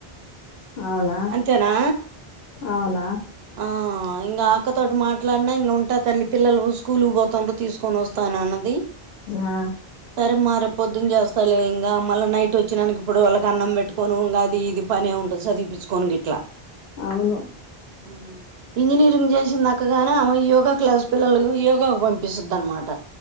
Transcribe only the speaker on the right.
అంతేనా
ఆ ఇంకా అక్కతోటి మాట్లాడినా ఇంగ ఉంటా తల్లి పిల్లలు స్కూల్ పోతుండ్రు తీసుకొని వస్తాను అన్నది
సరేమా రేపొద్దు చేస్ లే ఇంగ మళ్ళీ నైట్ వచ్చినానికి ఇప్పుడు వాళ్ళకి అన్నం పెట్టుకొను గది ఇది పనే ఉంటది చదివిపించుకోను గిట్లా
మ్ ఇంజనీరింగ్ చేసింది దక్కగానే ఆమె యోగా క్లాస్ పిల్లల యోగాకు పంపిసుద్ది అనమాట